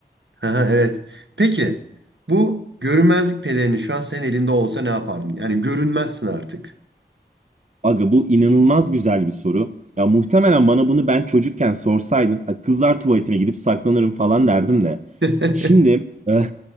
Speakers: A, on the right; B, on the right.
A: Haha, Evet. Peki bu görünmezlik pelerini şu an senin elinde olsa ne yapardın? Yani görünmezsin artık.
B: Aga bu inanılmaz güzel bir soru. Ya muhtemelen bana bunu ben çocukken sorsaydın, "Ha, kızlar tuvaletine gidip saklanırım falan derdim de.
A: <laughs>
B: Şimdi e, <laughs>